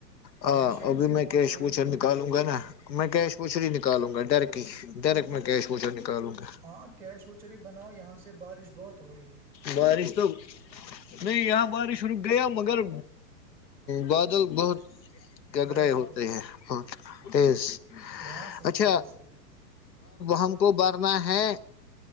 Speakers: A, in the centre; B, on the left.
A: بارش
B: ہاں
A: یہاں
B: ابھی
A: سے
B: میں
A: بہت
B: کیش
A: تیز
B: پوچر
A: ہو رہی
B: نکالوں
A: ہے
B: گا نا میں کیش پوچر ہی نکالوں گا ڈر کی ہی ڈر میں کیش پوچا گی الوں گا
A: ہاں کیش وچری بناؤ یہاں سے بارش بہت ہو رہی ہے
B: بارش تو نہیں یہاں بارش شر گیا مگر بادل بہت گگرے
A: گرج
B: ہوتے
A: رہی ہے
B: ہیں بہت تیز
A: یہاں سے بھی
B: اچھا
A: یہاں سے بھی
B: ہم کو برنا ہے